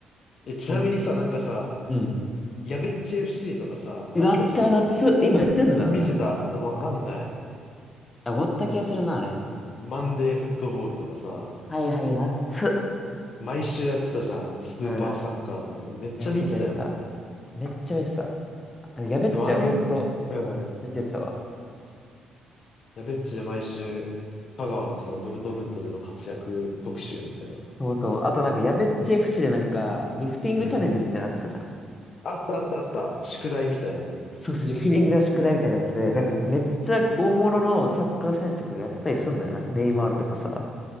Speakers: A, on the left (about 55°); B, on the left (about 25°).
A: え、ちなみにさ、
B: ほん、
A: なんかさ、
B: うん。
A: やべっち FC とかさ、
B: うわった夏。
A: あったじゃん。
B: 今やってんのかな、
A: 見てたわかんない。
B: あれ。あ、終わった気がするな、あれ。
A: マンデーフットボールとかさ、
B: はいはい、夏。
A: 毎週やってたじゃん。スーパーサッカーとか。
B: うん。
A: めっちゃ見てたよな。
B: やってたやってた。めっちゃ見てた。あのやべっちゃんほんと
A: でもああいう、うん。
B: 見てたわ。
A: やべっちで毎週、香川のさ、ドルトムントでの活躍特集みたいな。
B: そうそう。あとなんかやべっちゃ f でなんか、リフティングチャレンジみたいなのあったじゃん。
A: うん。あったあったあった。宿題みたいなね。
B: そうそう、リフティングの宿題みたいなやつで、
A: うん。
B: なんかめっちゃ大物のサッカー選手とかがやったりすんだよ。なんかネイマールとかさ。